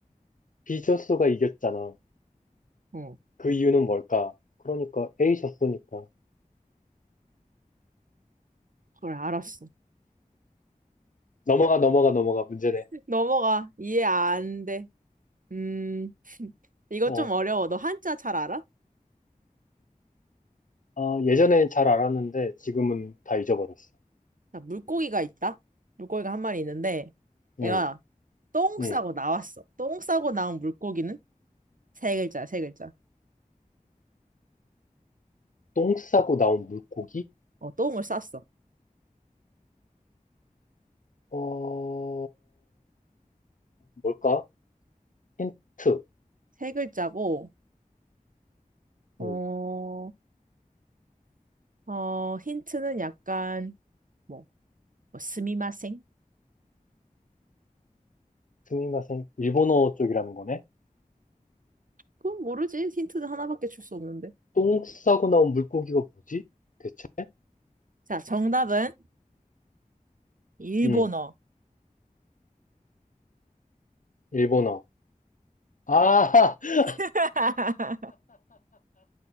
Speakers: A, on the left; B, on the right.
A: B 졌소가 이겼잖아.
B: 어,
A: 그 이유는 뭘까? 그러니까 A 졌소니까.
B: 그래, 알았어.
A: 넘어가, 넘어가, 넘어가. 문제네.
B: <laughs> 넘어가. 이해 안 돼. 음, <laughs> 이거
A: 어,
B: 좀 어려워. 너 한자 잘 알아?
A: 아, 예전엔 잘 알았는데 지금은 다 잊어버렸어.
B: 자, 물고기가 있다. 물고기가 한 마리 있는데,
A: 응,
B: 얘가 똥
A: 응.
B: 싸고 나왔어. 똥 싸고 나온 물고기는 세 글자, 야 세 글자.
A: 똥 싸고 나온 물고기?
B: 어, 똥을 쌌어.
A: 어, 뭘까? 힌트.
B: 세 글자고, 어,
A: 응.
B: 어, 힌트는 약간, 뭐, 뭐 스미마셍?
A: 스미마셍. 일본어 쪽이라는 거네.
B: 그건 모르지. 힌트는 하나밖에 줄 수 없는데.
A: 똥 싸고 나온 물고기가 뭐지? 대체?
B: 자, 정답은 일본어.
A: 응, 일본어. 아, <laughs>
B: <laughs>